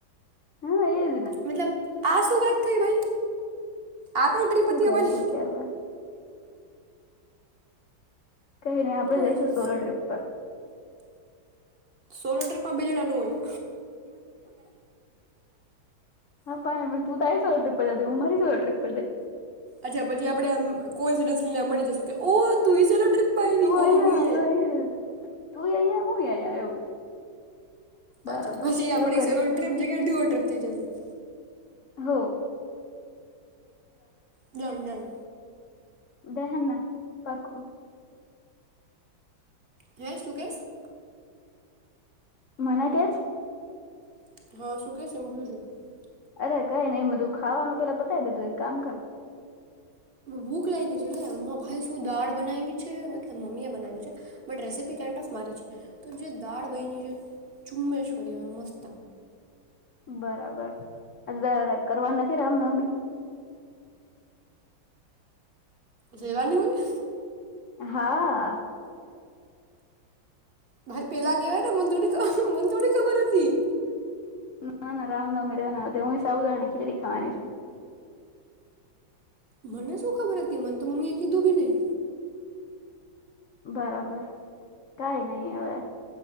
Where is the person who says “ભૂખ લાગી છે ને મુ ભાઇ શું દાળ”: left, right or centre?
Right